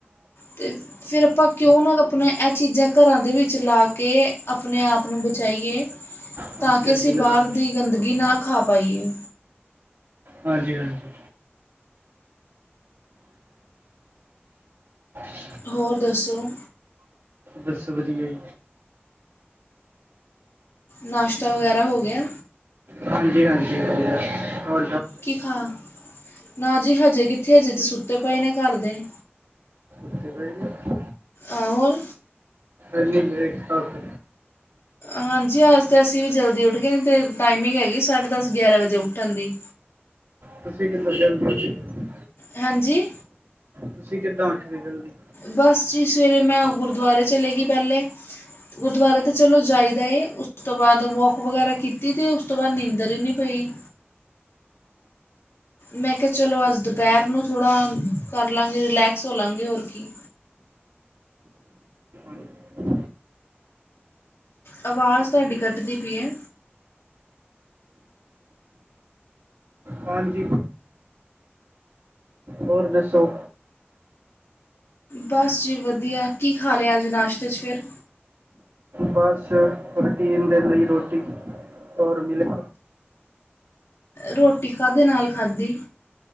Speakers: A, on the left; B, on the right.
A: ਤੇ ਫੇਰ ਆਪਾਂ ਕਿਉਂ ਨਾ ਆਪਨਾ ਇਹ ਚੀਜ਼ਾਂ ਘਰਾਂ ਦੇ ਵਿੱਚ ਲਾ ਕੇ, ਆਪਨੇ ਆਪ ਨੂੰ ਬਚਾਈਏ।
B: ਹਾਂਜੀ
A: ਤਾਕਿ
B: ਹਾਂਜੀ
A: ਅਸੀਂ ਬਾਰ
B: ਲਗਾਉਣੇ
A: ਦੀ ਗੰਦਗੀ ਨਾ ਖਾ ਪਾਈਏ।
B: ਹਾਂਜੀ ਹਾਂਜੀ। <unintelligible>
A: ਹੋਰ ਦੱਸੋ?
B: ਬਸ ਵਧੀਆ ਈ।
A: ਨਾਸ਼ਤਾ ਵਗੈਰਾ ਹੋ ਗਿਆ?
B: ਹਾਂਜੀ-ਹਾਂਜੀ ਹੋ ਗਿਆ। ਔ
A: ਕੀ ਖਾ, ਨਾ ਜੀ ਹਜੇ ਕਿੱਥੇ ਹਜੇ ਤੇ ਸੁੱਤੇ ਪਏ ਨੇ ਘਰ ਦੇ।
B: <unintelligible>
A: ਅ ਹੋਰ।
B: ਏਨੀ ਲੇਟ ਤੱਕ।
A: ਹਾਂਜੀ, ਅੱਜ ਤੇ ਅਸੀਂ ਵੀ ਜਲਦੀ ਉੱਠ ਗਏ, ਨੀ ਤੇ ਟਾਈਮਿੰਗ ਹੈਗੀ ਏ ਸਾਢੇ ਦਸ, ਗਿਆਰਾਂ ਵਜੇ ਉੱਠਨ ਦੀ।
B: ਤੁਸੀਂ ਕਿੱਥੋਂ ਜਲੜੀ ਉੱਠਗੇ।
A: ਹਾਂਜੀ।
B: ਤੁਸੀਂ ਕਿੱਦਾਂ ਉਠਗੇ ਜਲਦੀ?
A: ਬਸ ਜੀ ਸਵੇਰੇ ਮੈਂ ਓ ਗੁਰਦੁਆਰੇ ਚਲੇ ਗਈ ਪਹਿਲੇ। ਗੁਰਦੁਆਰੇ ਤਾਂ ਚਲੋ ਜਾਈਦਾ ਏ। ਉਸ ਤੋਂ ਬਾਅਦ ਵੋਕ ਵਗੈਰਾ ਕੀਤੀ ਤੇ ਉਸ ਤੋਂ ਬਾਅਦ ਨੀਂਦਰ ਈ ਨਈ ਪਈ। ਮੈਂ ਕਿਹਾ ਚਲੋ ਅਜ ਦੁਪੈਰ ਨੂੰ ਥੋੜ੍ਹਾ ਕਰ ਲਾਂਗੇ, ਰਿਲੈਕਸ ਹੋ ਲਾਂਗੇ, ਹੋਰ ਕੀ।
B: ਹਾਂਜੀ
A: ਆਵਾਜ਼ ਤੁਹਾਡੀ ਕੱਟਦੀ ਪਈ ਐ।
B: ਹਾਂਜੀ। ਹੋਰ ਦੱਸੋ।
A: ਬਸ ਜੀ ਵਧੀਆ। ਕੀ ਖਾ ਲੇਆ ਅੱਜ ਨਾਸ਼ਤੇ ਚ ਫੇਰ।
B: ਬਸ, ਰੋਟੀਨ ਦੇ ਲਈ ਰੋਟੀ ਔਰ ਮੀਿਲਕ।
A: ਰੋਟੀ ਕਾਦੇ ਨਾਲ ਖਾਧੀ?